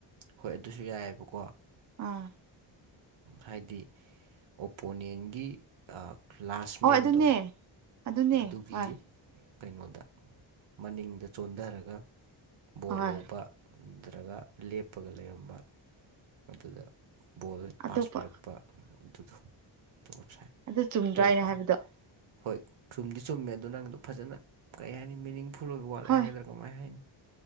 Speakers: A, on the right (about 85°); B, on the right (about 40°).
A: ꯍꯣꯏ ꯑꯗꯨꯁꯨ ꯌꯥꯏꯌꯦꯕꯀꯣ
B: ꯑꯥ
A: ꯍꯥꯏꯗꯤ ꯑꯣꯄꯣꯅꯦꯟꯒꯤ ꯂꯥꯁ
B: ꯍꯣꯏ
A: ꯃꯦꯟꯗꯣ
B: ꯑꯗꯨꯅꯦ ꯑꯗꯨꯅꯦ
A: ꯑꯗꯨꯒꯤ
B: ꯍꯣꯏ
A: ꯀꯩꯅꯣꯗ ꯃꯅꯤꯡꯗ ꯆꯣꯟꯊꯔꯒ ꯕꯣꯜ
B: ꯍꯣꯏ
A: ꯂꯧꯕ ꯅꯠꯇ꯭ꯔꯒ ꯂꯦꯞꯄꯒ ꯂꯩꯔꯝꯕ ꯑꯗꯨꯗ ꯕꯣꯜ
B: ꯑꯇꯣꯞꯄ
A: ꯄꯥꯁ ꯄꯤꯔꯛꯄ ꯑꯗꯨꯗꯣ ꯑꯗꯨ ꯑꯣꯞꯁꯥꯏꯠ
B: ꯑꯗꯨ ꯆꯨꯝꯗ꯭ꯔꯥ
A: ꯑꯇꯣꯞꯄ
B: ꯍꯥꯏꯅ ꯍꯥꯏꯕꯗꯣ
A: ꯍꯣꯏ ꯆꯨꯝꯗꯤ ꯆꯨꯝꯃꯦ ꯑꯗꯨ ꯅꯪꯗꯣ ꯐꯖꯅ ꯀꯩ ꯍꯥꯏꯅꯤ ꯃꯤꯅꯤꯡꯐꯨꯜ ꯑꯣꯏꯕ ꯋꯥꯔꯗ
B: ꯍꯣꯏ
A: ꯍꯥꯏꯒꯗ꯭ꯔꯥ ꯀꯃꯥꯏ ꯍꯥꯏꯅꯤ